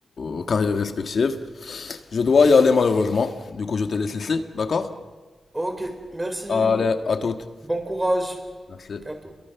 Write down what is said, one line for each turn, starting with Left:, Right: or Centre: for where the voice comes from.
Left: nos carrières respectives. Je dois y aller malheureusement, du coup je te laisse ici, d'accord?
Right: Ok, merci.
Left: Allez, à toutes.
Right: Bon courage.
Left: Merci.
Right: À tout.